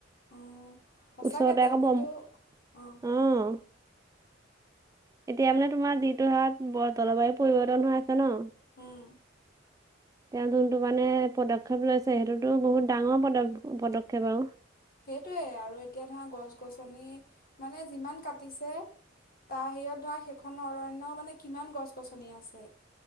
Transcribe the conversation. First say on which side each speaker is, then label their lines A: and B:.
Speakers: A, on the left; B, on the right.
A: অ', সঁচাকে
B: ওচৰতে
A: তেওঁ
B: আকৌ
A: কিন্তু
B: বম,
A: অ'।
B: অহ। এতিয়া মানে তোমাৰ যিটো হাৰত বৰ জলবায়ু পৰিৱৰ্তন হৈ আছে ন?
A: উম।
B: তেওঁ যোনটো মানে পদক্ষেপ লৈছে সেইটোতো বহুত ডাঙৰ পদ পদক্ষেপ আৰু।
A: সেইটোৱে আৰু এতিয়া ধৰ গছ-গছনি মানে যিমান কাটিছে। তাৰ <unintelligible> ধৰা, সেইখন অৰণ্য মানে কিমান গছ গছনি আছে।